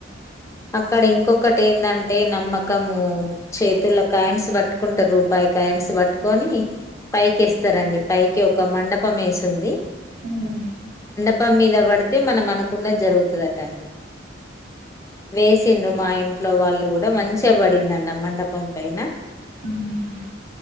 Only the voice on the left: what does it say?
అక్కడ ఇంకొక ఏంటంటే నమ్మకము చేతుల్లో కాయన్స్ పట్టుకుంటర్ రూపాయి కాయిన్స్ పట్టుకొనీ పైకేస్తరండి పైకి ఒక మండపం ఏసుంది.
ప్పం మీద పడితే మనం అనుకున్నది జరుగుతుదట అండి వేసిండ్రు మా ఇం ట్లో వాళ్ళు గూడ మంచిగా పడిందండి మండపం పైన.